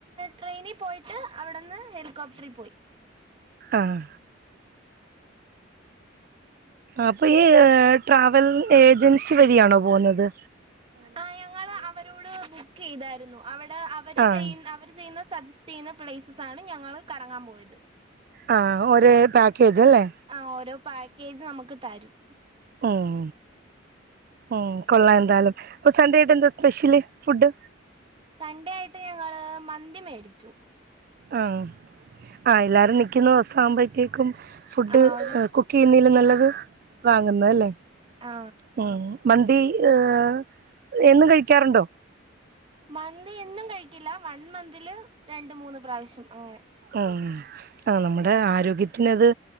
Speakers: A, on the right; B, on the right.
A: ട്രെയിനി പോയിട്ട് അവിടെന്ന് ഹെലികോപ്റ്ററിൽ പോയി.
B: ആഹ്. അപ്പ ഈ ട്രാവൽ ഏജൻസി വഴിയാണോ പോവുന്നത്.
A: ആ ഞങ്ങള് അവരോട് ബുക്കെ യ്താരുന്നു അവടെ അവര്
B: ആഹ്
A: ചെയ അവര് ചെയ്യുന്ന സജസ് തീന പ്ലേസസാണ് ഞങ്ങള് കറങ്ങാൻ പോയത്.
B: ആ ഒരേ പാക്കേജ് അല്ലേ.
A: ആ ഓരോ പാക്കേജ് നമുക്ക് തരും.
B: ഉം ഉം കൊള്ളാ എന്താലും അപ്പൊ സൺഡേ ആയിട്ട് എന്താ സ്പെഷ്യല് ഫുഡ്?
A: സൺഡേ ആയിട്ട് ഞങ്ങള് മന്തി മേടിച്ചു.
B: ആഹ് ആ എല്ലാരും നിക്യുന്ന വസാകുമ്പോഴത്തേക്കും ഫുഡ്
A: ആ ഒരു
B: കുക്ക് ക്കെയ്യുന്നതിലും നല്ലത് വാങ്ങുന്നല്ലേ
A: ആ
B: മ്. മന്തി ഏഹ് എന്നും കഴിക്കാറുണ്ടോ
A: മന്തി എന്നും കഴിക്കില്ല വൺ മന്തില് രണ്ട് മൂന്ന് പ്രാവശ്യം അങ്ങനെ
B: ആഹ് ആഹ് നമ്മുടെ ആരോഗ്യത്തിനത്